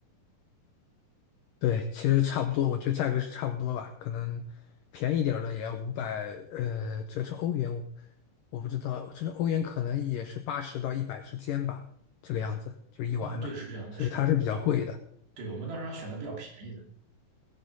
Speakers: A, on the left; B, on the right.
A: 对，其实差不多，我觉得价格是差不多吧，可能便宜点儿的也要五百，呃，折成欧元，我不知道，折成欧元可能也是八十到一百之间吧，这个样子，就是一晚了，
B: 啊，对，是这样的，
A: 所以它是比较贵的。
B: 是这样的。然后，对，我们当时还选的比较便宜的，